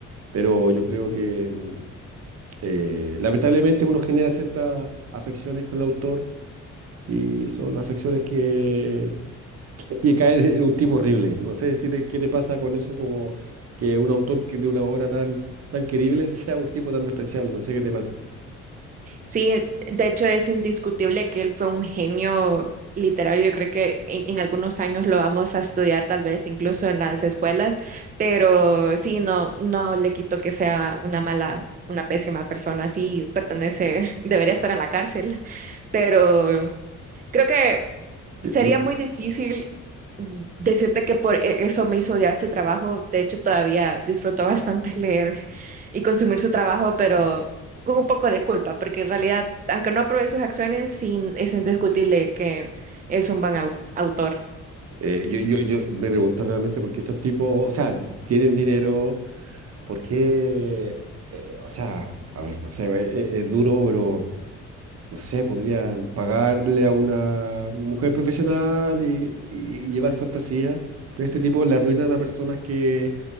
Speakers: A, on the right; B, on the right.
A: pero yo creo que... mm, eh, lamentablemente uno genera ciertas afecciones con el autor y son afecciones que, que caen en un tipo horrible. No sé si te- qué te pasa con eso, como que un autor que de una obra tan, tan querible <laughs> sea un tipo tan despreciable. No sé qué te pasa.
B: Sí, de hecho es indiscutible que él fue un genio literario. Yo creo que en, en algunos años lo vamos a estudiar, tal vez incluso en las escuelas, pero sí, no, no le quito que sea una mala, una pésima persona. Sí, pertenece, <laughs> debería estar en la cárcel, pero creo que
A: Yo,
B: sería muy difícil decirte que por e- eso me hizo odiar su trabajo. De hecho, todavía disfruto <laughs> bastante leer y consumir su trabajo, pero con un poco de culpa, porque en realidad, aunque no apruebe sus acciones, sí, es indiscutible que es un buen au- autor.
A: eh, yo, yo, yo me pregunto realmente por qué estos tipos, o sea, tienen dinero, por qué, eh, o sea, a ver, no sé, e- e- es, duro, pero no sé, podrían pagarle a una mujer profesional y, y llevar fantasía, pero este tipo le arruinan a personas que,